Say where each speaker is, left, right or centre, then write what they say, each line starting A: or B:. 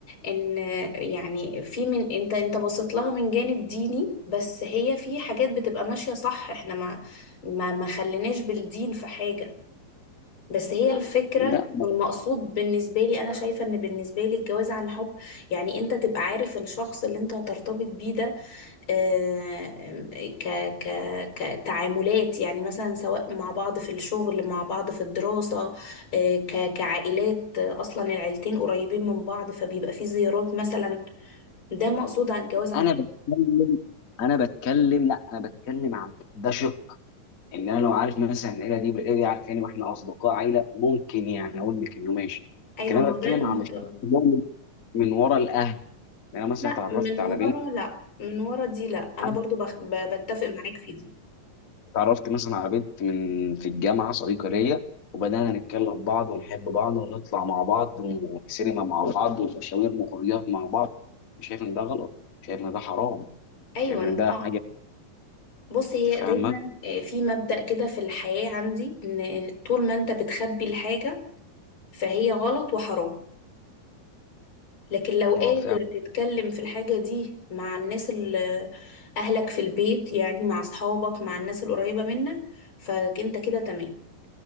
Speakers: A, on the left; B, on the left.
A: ان يعني في من انت انت بصيت لها من جانب ديني بس هي في حاجات بتبقى ماشيه صح احنا ما ما ما خليناش بالدين في حاجه بس هي الفكره
B: لا ما
A: والمقصود
B: بت-
A: بالنسبه لي انا شايفه ان بالنسبه لي الجواز عن حب يعني انت تبقى عارف الشخص اللي انت هترتبط بيه ده آه، ك ك كتعاملات يعني مثلا سواء مع بعض في الشغل مع بعض في الدراسة آه، ك كعائلات آه، أصلا العيلتين قريبين من بعض فبيبقى في زيارات مثلا ده مقصود على الجواز عن
B: انا
A: حب
B: بتكلم انا بتكلم لا انا بتكلم عن ده شق ان انا لو عارف مثلا العيله دي والعيله دي عارفاني واحنا اصدقاء عيله ممكن يعني اقول لك انه ماشي
A: أيوة
B: لكن انا
A: ما
B: بتكلم
A: هو ده النقطة
B: عن الشق اللي هو من من ورا الاهل يعني انا مثلا
A: لا
B: اتعرفت
A: من
B: على
A: ورا لا من ورا دي لا أنا
B: بنت
A: برضو بخ... ب- بتفق معاك في دي
B: اتعرفت مثلا على بنت من في الجامعه صديقه ليا وبدانا نتكلم بعض ونحب بعض ونطلع مع بعض وسينما مع بعض ومشاوير وخروجات مع بعض شايف ان ده غلط شايف ان ده حرام
A: أيوة
B: شايف ان ده
A: اه
B: حاجه
A: بص هي
B: انت فاهمه
A: دايما آه، في مبدأ كده في الحياة عندي إن طول ما أنت بتخبي الحاجة فهي غلط وحرام لكن لو قادر
B: اه فاهم
A: تتكلم في الحاجة دي مع الناس اللي أهلك في البيت يعني مع أصحابك مع الناس القريبة منك فأنت كده تمام